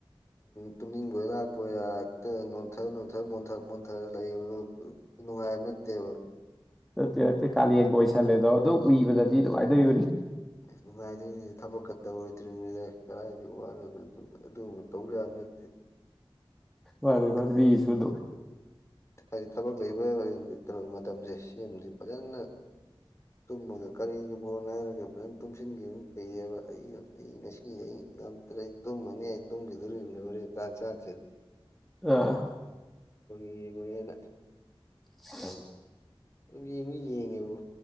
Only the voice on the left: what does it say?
ꯇꯨꯝꯅꯤꯡꯕ ꯂꯥꯛꯄꯣꯏ ꯌꯥ ꯍꯦꯛꯇ ꯅꯣꯟꯊꯔ ꯅꯣꯟꯊ ꯃꯣꯟꯊꯔ ꯃꯣꯟꯊꯔ ꯂꯩꯔꯨ ꯅꯨꯡꯉꯥꯏꯕ ꯅꯠꯇꯦꯕ
ꯑꯁ ꯅꯨꯡꯉꯥꯏꯗ꯭ꯣꯏꯅꯤꯗꯤ ꯊꯕꯛꯀ ꯇꯧꯔꯣꯏꯗ꯭ꯔꯤꯉꯩꯗ ꯀꯗꯥꯏꯗ ꯋꯥꯅꯣꯗꯣ ꯑꯗꯨ ꯃꯇꯧ ꯌꯥꯕꯥ ꯅꯠꯇꯦ
ꯊꯕꯛ
ꯍꯥꯏꯗꯤ ꯊꯕꯛ ꯂꯩꯕ ꯀꯩꯅꯣ ꯃꯇꯝꯁꯦ ꯁꯤꯃꯥꯗꯤ ꯐꯖꯅ ꯇꯨꯝꯃꯒ ꯀꯔꯤꯒꯤ ꯕꯣꯜ ꯍꯥꯏꯔꯒ ꯐꯖꯅ ꯇꯨꯝꯁꯤꯟꯈꯤꯕꯅ ꯐꯩꯌꯦꯕ ꯑꯩ ꯑꯩ ꯉꯁꯤ ꯑꯩ ꯉꯝꯇ꯭ꯔꯦ ꯑꯩ ꯇꯨꯝꯃꯅꯤ ꯑꯩ ꯇꯨꯝꯒꯤꯗꯣꯔꯤꯕꯅꯤ ꯍꯣꯔꯦꯟ ꯆꯥꯛ ꯆꯥꯗꯔꯤ ꯊ
ꯌꯦꯡꯉꯣꯏꯅ
ꯑꯗꯨꯝ ꯌꯦꯡꯗꯤ ꯌꯦꯡꯉꯦꯕꯨ